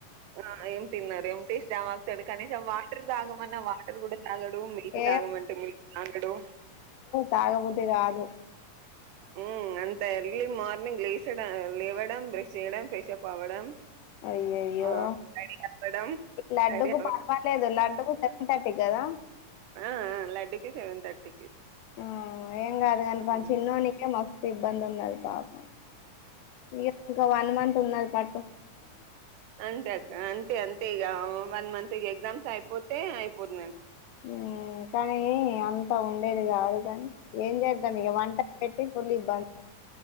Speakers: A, on the right; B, on the left.
A: ఆ ఏం తినడు ఎంప్టీ స్టమక్ తోటి కనీసం వాటర్ తాగమన్నా వాటర్ గూడ తాగడు మిల్క్
B: ఏ
A: తాగమంటే మిల్క్ తాగడు
B: తాగబుద్ది గాద్
A: ఉమ్ అంత ఎర్లీ మార్నింగ్ లేసడం లేవడం బ్రష్ చేయడం ఫ్రెషప్ అవ్వడం
B: అయ్యయ్యో
A: ఆ రెడీ అవ్వడం
B: లడ్డుకు
A: రెడీ అవ్వడం
B: పర్వాలేదు, లడ్డుకు సెవెన్ థర్టీక్ గదా
A: ఆ ఆ లడ్డుకి సెవెన్ థర్టీకి
B: ఉమ్ ఏం గాదు గని పం
A: మ్మ్
B: చిన్నోనికే మస్ ఇబ్బందున్నది పాపం ఇగ ఇంకా వన్ మంత్ ఉన్నది పట్టు
A: అంతే అక్క అంతే అంతే ఇగా వన్ మంత్ ఇగ ఎగ్జామ్స్ అయిపోతే అయిపోతది
B: ఉమ్ కనీ అంత ఉండేది కాదు గని ఏం చేద్దామీగ వంట <unintelligible> పెట్టి ఫుల్ ఇబ్బంది